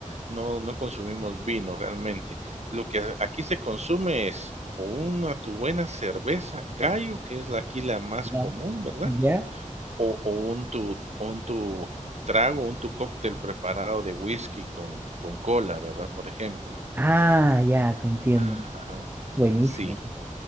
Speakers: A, on the right; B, on the right.
A: no, no consumimos vino realmente. Lo que aquí se consume es o una tu buena cerveza Gallo, que es la aquí la más
B: Claro.
A: común, ¿verdad?
B: ¿Ya?
A: O, o un tu, un tu trago, un tu cóctel preparado de whisky con, con cola, ¿verdad? Por ejemplo.
B: Ah, ya, te entiendo.
A: Ajá,
B: Buenísimo,
A: sí,